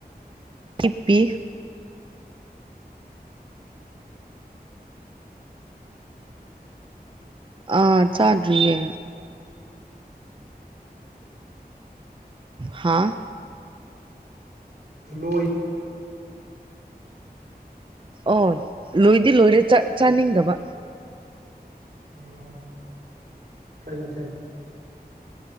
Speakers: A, on the right; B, on the right.
A: ꯇꯤꯞꯄꯤ ꯑꯥ ꯆꯥꯗ꯭ꯔꯤꯌꯦ ꯍꯥꯥ
B: ꯂꯣꯏ
A: ꯑꯣ ꯂꯣꯏꯗꯤ ꯂꯣꯏꯔꯦ ꯆꯥꯅꯤꯡꯗꯕ
B: ꯑꯣ ꯀꯥꯏ ꯃ